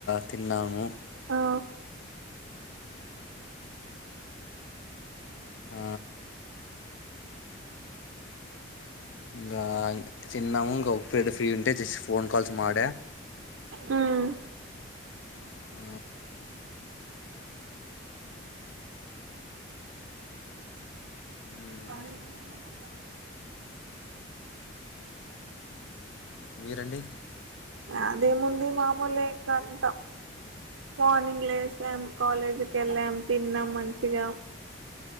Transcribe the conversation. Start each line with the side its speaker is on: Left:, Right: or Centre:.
Left: తిన్నాము
Right: ఆ
Left: ఆ ఇంకా చిన్నాము ఇంకా ఒక ఫ్రెండ్ ఫ్రీ ఉంటే జస్ట్ ఫోన్ కాల్స్ మాడ
Right: మ్మ్
Left: ఆ మ్మ్
Right: పని ఉ
Left: మీరండి
Right: అదేముంది మామూలే ఇక అంత మార్నింగ్ లేసాం కాలేజీకి వెళ్ళాం తిన్నాం మంచిగా